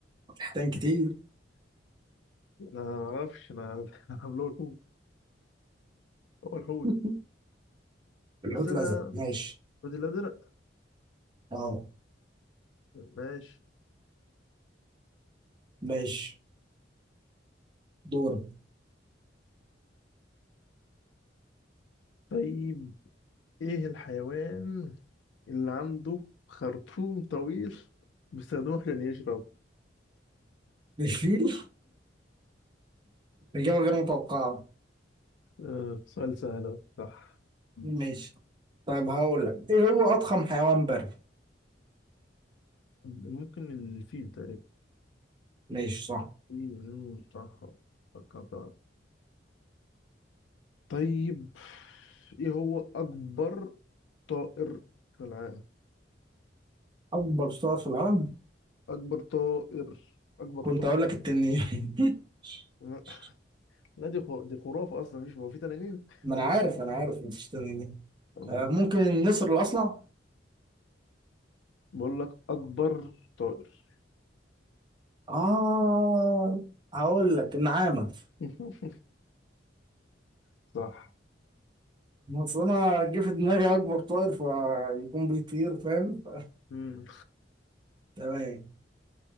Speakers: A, on the right; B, on the left.
A: حيتان كتير
B: انا ما اعرفش انا <laughs> عامله الحوت هو الحوت
A: <laughs> الحوت
B: بس انا
A: الازرق ماشي
B: الحوت الازرق
A: اه
B: ماشي
A: ماشي دور
B: طيب ايه الحيوان اللي عنده خرطوم طويل بيستخدمه عشان يشرب
A: الفيل اجابة غير متوقعة
B: آه، سؤال سهل أهو. صح مم.
A: ماشي طب هقول لك ايه هو اضخم حيوان بري؟
B: ممكن الفيل تقريبا
A: ماشي صح
B: امم صح فكرت طيب ايه هو اكبر طائر في العالم
A: اكبر صقر في العالم
B: اكبر طائر اكبر
A: كنت
B: طائر
A: هقول لك التنين <laughs>
B: <laughs> لا دي خ- دي خرافة اصلا مش هو في تنانين
A: ما انا عارف انا عارف مفيش تنين
B: أم،
A: آه، ممكن النسر الاصلع
B: بقول لك اكبر طائر
A: اه هقول لك النعامه
B: <laughs> صح
A: بس انا جه في دماغي اكبر طائر فيكون بيطير فاهم <laughs> ف-
B: امم
A: تمام